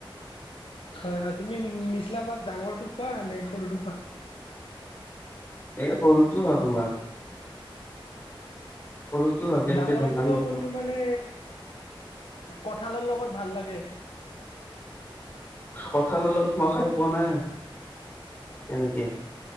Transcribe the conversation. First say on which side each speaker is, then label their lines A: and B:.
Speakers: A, on the left; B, on the left.
A: হয়, হয়। তুমি নিচলা মাছ ডাঙৰটো খোৱা নে সৰুটো খোৱা?
B: এই সৰুটোৱা তোমাৰ। সৰুটো খাওঁ তেনেকে
A: ডাঙৰটোও
B: ডাঙৰ নাখাওঁ
A: কোনটো মানে কঁঠালৰ লগত ভাল লাগে।
B: কঁঠালৰ লগত মই খাই পোৱা নাই এনেকে।